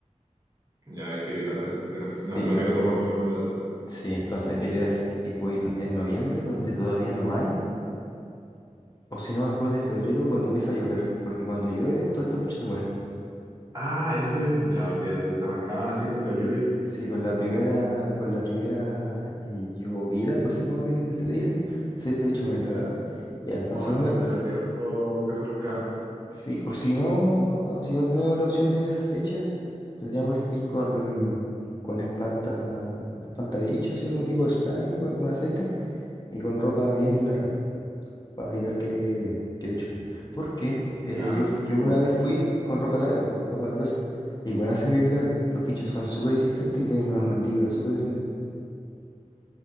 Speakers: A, on the right; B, on the left.
A: Ya hay que evitar esas cuestiones.
B: Sí,
A: No, no quiero toparme con uno de esos.
B: Sí, entonces la idea es tipo ir en en noviembre donde todavía no hay, o si no después de febrero cuando empieza a llover, porque cuando llueve todos estos bichos se mueren.
A: Ah, eso había escuchado, que se arrancaban así con la lluvia.
B: Sí, con la primera, con la primera eh, llovida, algo así como que le- se le dicen, sí, estos bichos mueren.
A: Ya.
B: Ya, entonces
A: Oh,
B: uno,
A: entonces era cierto que se arrancaban.
B: sí, o si no, si no tenemos la opción de ir en esa fecha, tendríamos que ir con, con espanta, espantabichos y algún tipo de spray o algún aceite, y con ropa bien larga. para evitar que, que te chupen. Porque eh,
A: Ya,
B: yo, yo
A: tocó.
B: una vez fui con ropa larga, po, ropa gruesa. Igual así me picaron. Los bichos son súper resistentes y tienen unas mandíbulas súper grandes.